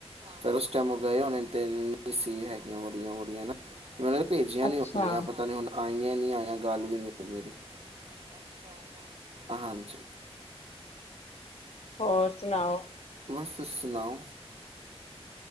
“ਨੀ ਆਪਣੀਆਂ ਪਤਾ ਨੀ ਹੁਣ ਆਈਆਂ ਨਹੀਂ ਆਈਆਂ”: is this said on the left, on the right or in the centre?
Right